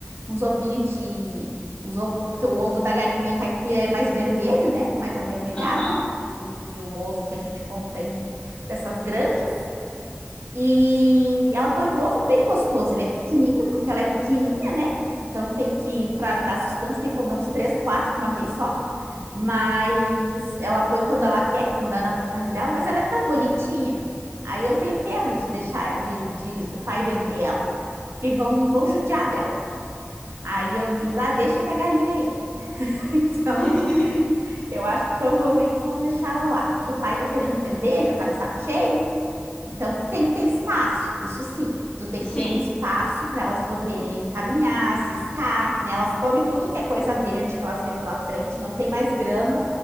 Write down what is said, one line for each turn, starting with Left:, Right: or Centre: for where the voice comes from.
Right: uns ovinhos de uns ovo, porque o ovo da galinha caipira é mais vermelho, né? Mais avermelhado
Left: Aham.
Right: do que o ovo que a gente compra aí dessas granjas. E ela põe um ovo bem gostoso, ele é pequenininho, porque ela é pequenininha, né? Então tem que, para dar sustância, tem que comer uns três, quatro de uma vez só. Mas ela põe quando ela quer, quando dá na vontade dela, mas ela é tão bonitinha. Aí eu tenho pena de deixar, de, de do pai vender ela, porque vão, vão judiar dela. Aí eu digo, ah, deixa minha galinha aí. <laughs> Então,
Left: <laughs>
Right: Eu acho que provavelmente vão deixar ela lá, porque o pai tá querendo vender, já tá de saco cheio. Então tem que ter espaço, isso sim. Tu tem
Left: Sim.
Right: que ter um espaço para elas poderem caminhar, ciscar, né? Elas comem tudo que é coisa verde que elas vê pela frente, não tem mais grama